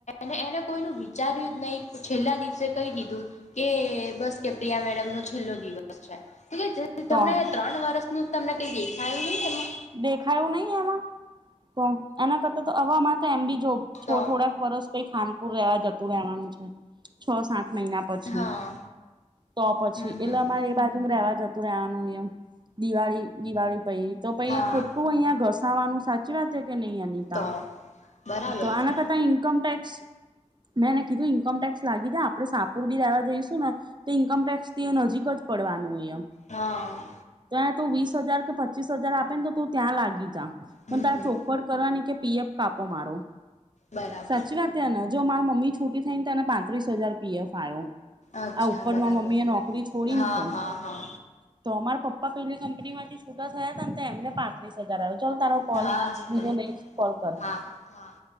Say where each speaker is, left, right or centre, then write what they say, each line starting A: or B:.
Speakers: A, on the left; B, on the right.
A: નહી એ એને કોઈ ન વિચાર્યું જ નહી છેલ્લા દિવસે કહી દીધું કે બસ કે પ્રિયા મેડમ નો છેલ્લો દિવસ છે તમને જલ્દી
B: તો
A: તમને ત્રણ વર્ષનું તમને કઈ દેખાયું નહીં એમાં
B: દેખાયું નહી એમાં તો એના કરતા તો હવેમાં તો એમ બી જો છો
A: તો
B: થોડાક વર્ષ પ ખાનપુર જતું રહેવાનું છે છ સાત મહિના પછી
A: હા
B: તો પછી
A: હમ હમ
B: એટલે
A: હમ
B: અમારે એ બાજુમાં રહેવા જતું રવાનું એમ દિવાળી દિવાળી પહી તો પહી
A: હા
B: ખોટું અહિયાં ઘસાવાનું સાચી વાતે કે નહી અનિતા
A: તો બરાબર
B: તો આના
A: છે
B: કરતા ઇન્કમ ટેક્સ મેં ને કીધું ઈન્કમ ટેક્સ લાગી જાય આપણે શાહપુર બી રહેવા જઈશું ને ઈન્કમ ટેક્સ થી નજીક જ પડવાનું હોય
A: હા
B: એમ તો ત વીસ હજાર કે પચીસ હજાર આપે ને તો તું ત્યાં લાગી જા
A: હમ
B: પણ તારે
A: હમ
B: ચોખવટ કરવાની કે પીએપ કાપો મારો
A: બરાબર
B: સાચી વાત અનેયા જો માર મમ્મી છુટી થઈને તેને પાંત્રીસ હજાર પીએફ આવ્યો
A: અચ્છા
B: આ ઉપરમાં
A: બરાબર
B: મમ્મી એ નોકરી છોડીને
A: હા
B: તો
A: હા હા
B: તો અમારા પપ્પા પા પેલી કંપની માં છૂટા થયા હતા એને પાંત્રીસ હજાર આવ્યો તો ચાલ તારો કોલ
A: હા
B: બીજો
A: તો
B: નેક્સ્ટ કોલ કર
A: હા હા